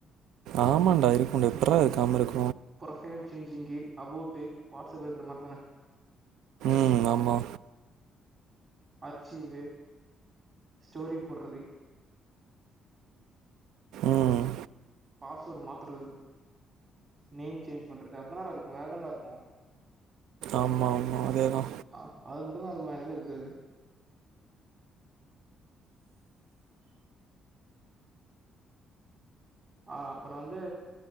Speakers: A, on the right (about 80°); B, on the right (about 40°).
A: ஆமான்டா இருக்குன்டா எப்பட்ரா இருக்காம இருக்
B: ப்ரொபைல் சேஞ்சிங்கு அபோட்டு வாட்ஸ்ஆப்ல இருக்கற மாறி தான
A: ம் ஆம்மா
B: ஆச்சீவு ஸ்டோரி போட்றது
A: ம்
B: பாஸ்வேர்டு மாத்றது நேம் சேஞ்ச் பண்றது அத்தானடா இருக்கு வேரென்னடா இருக்கு
A: ஆமா ஆமா அதேதா
B: அ அது மட்டுதா இருக்கு வேர எதுவு இருக்காது ஆ அப்றோ வந்து